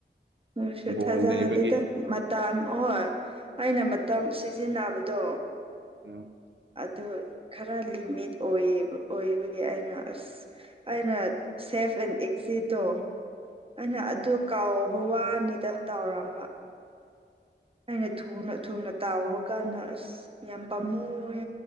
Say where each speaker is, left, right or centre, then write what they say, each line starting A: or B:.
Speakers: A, on the right; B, on the right.
A: ꯃꯣꯏꯁꯨ
B: ꯕꯣꯜ
A: ꯊꯖꯥꯗꯦꯗ
B: ꯂꯩꯕꯒꯤ
A: ꯃꯇꯝ ꯑꯍꯣꯏ ꯑꯩꯅ ꯃꯇꯝ ꯁꯤꯖꯤꯟꯅꯕꯗꯣ
B: ꯑꯝ
A: ꯑꯗꯨ ꯈꯔ ꯂꯤꯃꯤꯠ ꯑꯣꯏꯕ ꯑꯣꯏꯕꯒꯤ ꯑꯩꯅ ꯑꯁ ꯑꯩꯅ ꯁꯦꯐ ꯑꯦꯟ ꯑꯦꯛꯖꯤꯠꯇꯣ ꯑꯩꯅ
B: ꯎꯝ
A: ꯑꯗꯨ ꯀꯥꯎꯕ ꯋꯥꯅꯤꯗ ꯇꯥꯎꯔꯝꯕ ꯑꯩꯅ ꯊꯨꯅ ꯊꯨꯅ ꯇꯥꯎꯕ ꯀꯥꯟꯗ ꯑꯁ ꯌꯥꯝ ꯄꯥꯝꯃꯨꯋꯦ